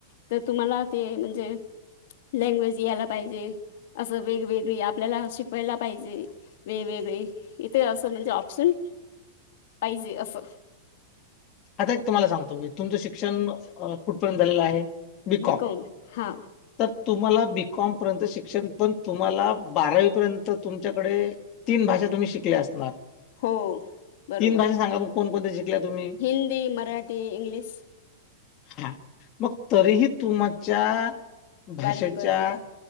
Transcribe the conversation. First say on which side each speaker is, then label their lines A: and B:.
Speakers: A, on the left; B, on the left.
A: तर तुम्हाला ते म्हणजे लँग्वेज यायला पाहिजे असं वेगवेगळे आपल्याला शिकवायला पाहिजे. वेवे इथे असं म्हणजे ऑप्शन पाहिजे असं.
B: आता एक तुम्हाला सांगतो मी तुमचं शिक्षण कुठपर्यंत झालेलं आहे. बीकॉम.
A: बिक हा.
B: तर तुम्हाला बीकॉम पर्यंत शिक्षण पण तुम्हाला बारावीपर्यंत तुमच्याकडे. तीन भाषा तुम्ही शिकल्या असणार
A: हो बरोबर
B: तीन भाषा सांगा मग कोणकोणत्या शिकल्या तुम्ही.
A: हिंदी मराठी इंग्लिश.
B: हा मग तरीही तुमच्या भाषेच्या.
A: बारवी पर्यंत